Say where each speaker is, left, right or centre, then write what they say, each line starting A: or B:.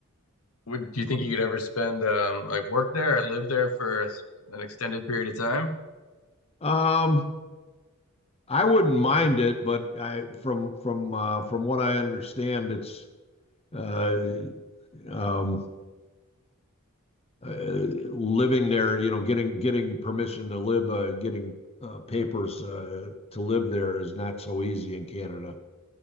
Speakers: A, on the left (about 80°); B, on the left (about 30°).
A: Would do you think you could ever spend um like work there or live there for an extended period of time?
B: Um, I wouldn't mind it, but I from from uh, from what I understand, it's uh, um, uh, living there. You know, getting getting permission to live, uh, getting uh, papers uh, to live there is not so easy in Canada.